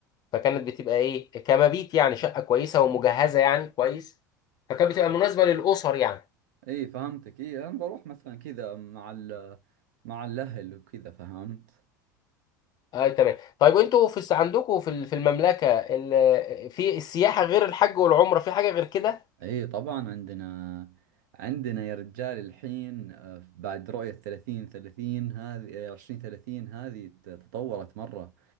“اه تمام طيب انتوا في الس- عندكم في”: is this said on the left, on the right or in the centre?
Left